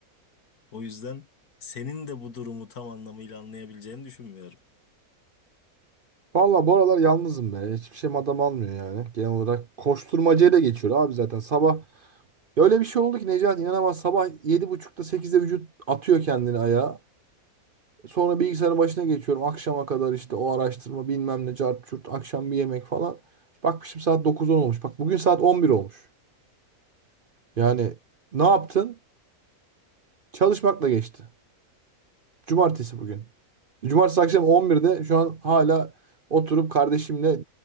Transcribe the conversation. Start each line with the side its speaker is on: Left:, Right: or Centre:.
Left: o yüzden senin de bu durumu tam anlamıyla anlayabileceğini düşünmüyorum.
Right: Valla bu aralar yalnızım be. Hiçbir şeyim adam almıyor yani. Genel olarak koşturmacayla geçiyor abi zaten. Sabah ya öyle bir şey oldu ki Necati inanamaz. Sabah yedi buçukta 8'de vücut atıyor kendini ayağa. Sonra bilgisayarın başına geçiyorum. Akşama kadar işte o araştırma bilmem ne cart curt. Akşam bir yemek falan. Bakmışım saat dokuz 10 olmuş. Bak bugün saat 11 olmuş. Yani ne yaptın? Çalışmakla geçti. Cumartesi bugün. Cumartesi akşam 11'de şu an hala oturup kardeşimle